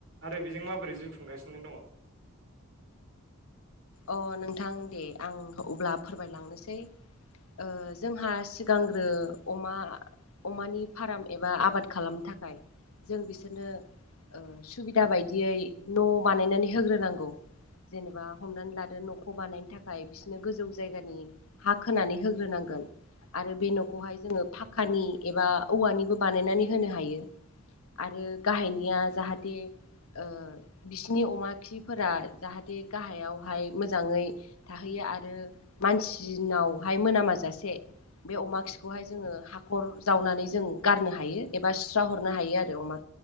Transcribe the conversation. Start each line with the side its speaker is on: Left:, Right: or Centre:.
Right: आरो बेजों माबोरै जिउ खुंगासिनो दङ।
Left: अ नोंथां दे आं अब्ला फोरमायलांनोसै ओ जोंहा सिगांग्रो अमा अमानि फाराम एबा आबाद खालामनो थाखाय जों बिसोरनो ओ सुबिदा बायदियै न बानायनानै होग्रोनांगौ जेनेबा हमनानै लादो नखौ बानायनो थाखाय बिसोनो गोजौ जायगानि हा खोनानै होग्रोनांगोन आरो बे नखौहाय जोङो फाखानि एबा औवानिबो बानायनानै होनो हायो। आरो गाहायनिया जाहाथे ओ बिसिनि अमा खिफोरा जाहाथे गाहायाव हाय मोजाङै थाहैयो आरो मानसिनावहाय मोनामा जासे बे अमा खिखौहाय जोङो हाखर जावनानै जों गारनो हायो एबा सुस्रा हरनो हायो आरो अमा